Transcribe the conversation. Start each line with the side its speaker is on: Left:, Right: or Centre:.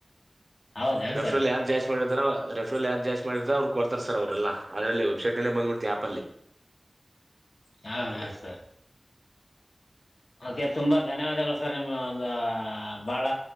Left: ಹೌದಾ
Right: ರೆಫ್ರಲ್
Left: ಸರ್
Right: ಯಾರ್ು ಜಾಸ್ತಿ ಮಾಡಿರ್ತಾರ ರೆಫ್ರಲ್ ಯಾರ್ು ಜಾಸ್ತಿ ಮಾಡಿರ್ತ ಅವ್ರ ಕೊಡ್ತಾರೆ ಸರ್ ಅವ್ರರೆಲ್ಲ ಅದ್ರಲ್ಲಲ್ಲಿ ವೆಬ್ಸೈಟ್ಲ್ಲೇ ಬಂದ್ಬಿಡ್ತಿ ಆ್ಯಪ್ ಅಲ್ಲಿ
Left: <unintelligible> ಸರ್ ಓಕೆ ತುಂಬಾ ಧನ್ಯವಾದಗಳು ಸರ್ ನಿಮ್ ಒಂದು ಬಹಳ